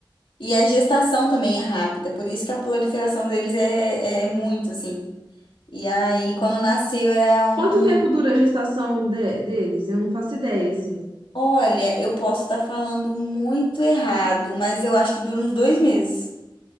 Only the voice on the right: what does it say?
quanto tempo
dura a gestação de- deles? Eu não faço ideia, assim.